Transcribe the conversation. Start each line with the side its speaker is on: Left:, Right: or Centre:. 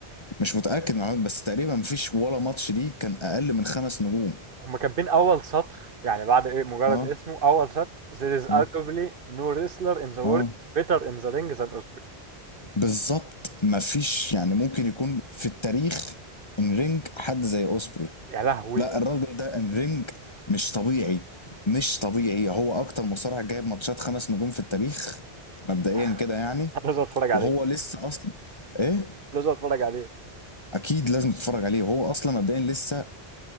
Left: مش متأكد من المعلومات، بس تقريبا مفيش ولا ماتش ليه كان أقل من خمس نجوم
Right: <laughs> هما كاتبين أول سطر يعني بعد إيه مجرد
Left: اه
Right: اسمه أول سطر There is arguably
Left: اه
Right: no wrestler in the world
Left: اه
Right: better in the ring than Osprey
Left: بالظبط مفيش يعني ممكن يكون في التاريخ ان رينج حد زي اوسبري
Right: يا لهوي
Left: لا الراجل ده الرينج مش طبيعي مش طبيعي هو اكتر مصارع جايب ماتشات خمس نجوم في التاريخ مبدئيا
Right: <laughs>
Left: كده يعني
Right: لازم أتفرج عليه
Left: وهو لسه اصلا ايه
Right: لازم أتفرج عليه
Left: اكيد لازم تتفرج عليه وهو اصلا مبدئيا لسه